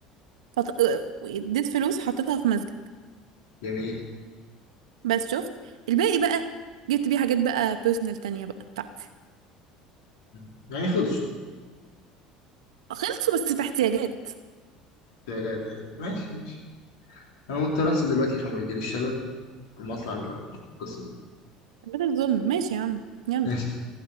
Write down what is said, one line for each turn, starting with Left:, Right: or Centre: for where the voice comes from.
Right: فط... اديت فلوس حطيتها في مسجد
Left: جميل
Right: بس شفت الباقي بقى جبت بيه حاجات بقى بيرسونال تانية بقى بتاعتي
Left: مم. يعني خلصوا
Right: خلصوا بس في احتياجات
Left: احتياجات ايوه ماشي ماشي انا مضطر انزل دلوقتي عشان ما يجيليش شلل اما اطلع نبقى القصة دي
Right: ده الظلم ماشي يا عم يلا
Left: <laughs> ماشي